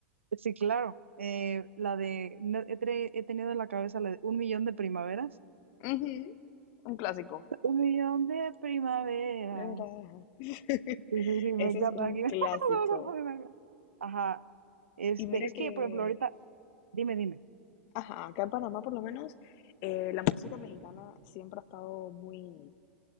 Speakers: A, on the right; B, on the left.
A: Sí, claro. Eh, la de, no- he, tre- he tenido en la cabeza la de un millón de primaveras.
B: Ujú, Un clásico.
A: Un millón de primaveras.
B: Era-
A: <laughs>
B: <laughs> Ese
A: Sí, sí, sí, me encanta.
B: es un
A: Aquí <laughs>
B: clásico.
A: vamos a poner acá. Ajá. Este,
B: Y mira
A: es
B: que,
A: que, por ejemplo, ahorita, dime, dime.
B: ajá, acá en Panamá por lo menos, eh, la música mexicana siempre ha estado muy,